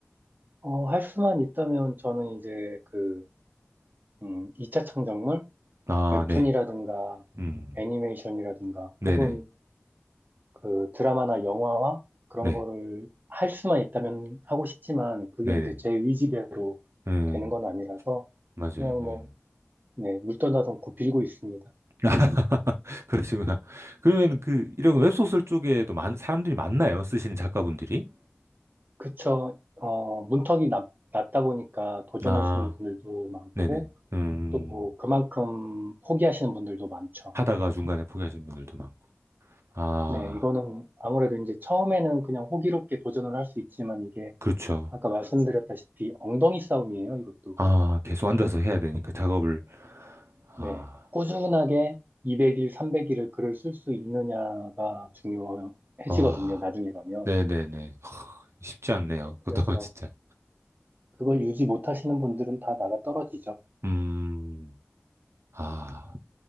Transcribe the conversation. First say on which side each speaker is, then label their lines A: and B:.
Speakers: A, on the right (about 45°); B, on the right (about 85°).
A: 어, 할 수만 있다면 저는 이제 그, 음, 2차 창작물?
B: 아,
A: 웹툰이라든가
B: 네. 음.
A: 애니메이션이라든가
B: 네네.
A: 혹은 그 드라마나 영화와 그런
B: 네.
A: 거를 할 수만 있다면 하고 싶지만 그게
B: 네네.
A: 이제 제 의지대로
B: 음.
A: 되는 건 아니라서
B: 맞아요.
A: 그냥 뭐,
B: 예.
A: 네, 물떠나서 굽히고 있습니다.
B: <laughs> 그러시구나. 그러면 그 이런 웹소설 쪽에도 많, 사람들이 많나요? 쓰시는 작가분들이?
A: 그쵸. 어, 문턱이 낮, 낮다 보니까 도전하시는
B: 아,
A: 분들도 많고
B: 네네. 음.
A: 또 그만큼 포기하시는 분들도 많죠.
B: 하다가 중간에 포기하신 분들도 많고. 아,
A: 네, 이거는 아무래도 이제 처음에는 그냥 호기롭게 도전을 할 수 있지만 이게
B: 그렇죠.
A: 아까 말씀드렸다시피 엉덩이 싸움이에요, 이것도.
B: 아, 계속 앉아서 해야 되니까 작업을. 아,
A: 네. 꾸준하게 200일, 300일을 글을 쓸 수 있느냐가 중요해지거든요,
B: 와.
A: 나중에 가면.
B: 네네네. 허, 쉽지 않네요.
A: 네. 그래서
B: 그것도 <laughs> 진짜.
A: 그걸 유지 못하시는 분들은 다 나가 떨어지죠.
B: 음. 아,